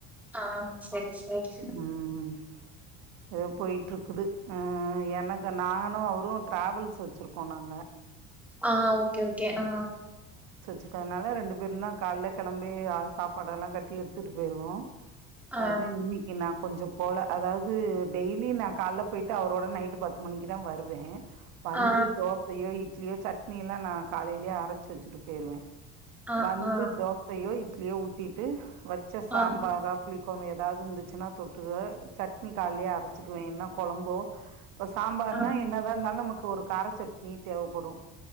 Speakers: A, in the centre; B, on the right.
A: ஆ சரி சரி
B: ம் எதோ போயிட்ருக்குது ம் எனக்கு நானு அவரு ட்ராவல்ஸ் வச்சுருக்கோ நாங்க
A: ஆ ஓகே ஓகே ஆ
B: சுருக்கனால ரெண்டு பேருந்தா கால்ல கெளம்பி ஆ சாப்பாடெல்லாங் கட்டி எடுத்துட்டு போயிருவோ
A: ஆ
B: தெ இன்னக்கி நா கொஞ்சப் போல அதாவ்து டெய்லி நா கால்ல போயிட்டு அவரோட நைட்டு பத்து மணிக்கு தா வருவே வந்து
A: ஆ
B: தோசையோ இட் லியோ சட்னியில்லா நா காலைலயே அரச்சு வச்சுட்டு போயிருவே
A: ஆ
B: வந்து
A: ஆ
B: தோசையோ இட் லியோ ஊத்திட்டு வச்ச சாம்பாரா
A: ஆ
B: புளிக்கொழம்ப இ ருந்துச்சுனா தொட்டுக்குவ சட்னி கால்லியே அரச்சுக்குவே என்ன கொழம்போ இப்ப சாம்பார்னா
A: ஆ
B: என்னதா இருந்தாலு நமக்கு ஒரு காரச்சட்னி தேவப்படு